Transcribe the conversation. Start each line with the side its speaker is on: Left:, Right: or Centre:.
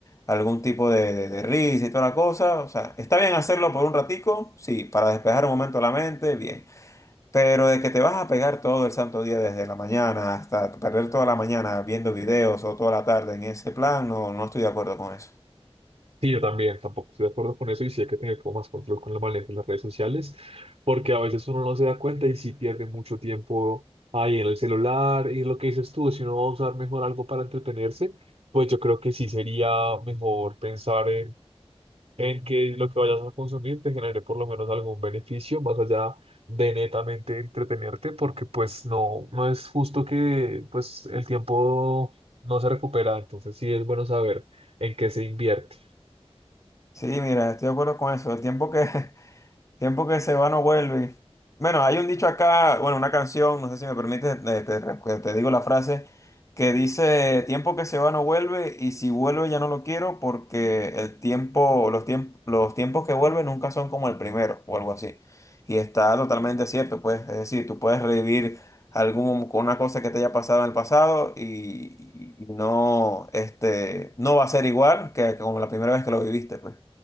Left: algún tipo de, de- de risa y toda la cosa. O sea, está bien hacerlo por un ratico, sí, para despejar un momento la mente, bien. Pero de que te vas a pegar todo el santo día desde la mañana hasta perder toda la mañana viendo videos o toda la tarde en ese plan, no, no estoy de acuerdo con eso.
Right: Sí, yo también, tampoco estoy de acuerdo con eso y sí hay que tener como más control con el manejo de las redes sociales, porque a veces uno no se da cuenta y sí pierde mucho tiempo ahí en el celular y lo que dices tú, si uno va a usar mejor algo para entretenerse, pues yo creo que sí sería mejor pensar en, en que lo que vayas a consumir te genere por lo menos algún beneficio más allá de netamente entretenerte, porque pues no, no es justo que pues el tiempo no se recupera, entonces sí es bueno saber en qué se invierte.
Left: Sí, mira, estoy de acuerdo con eso. El tiempo que, <laughs> Tiempo que se va no vuelve. Bueno, hay un dicho acá, bueno, una canción, no sé si me permites, eh, te, te digo la frase, que dice, tiempo que se va no vuelve y si vuelve ya no lo quiero porque el tiempo, los tiempos, los tiempos que vuelven nunca son como el primero o algo así. Y está totalmente cierto, pues, es decir, tú puedes revivir algún, con una cosa que te haya pasado en el pasado y, y no, este, no va a ser igual que como la primera vez que lo viviste, pues.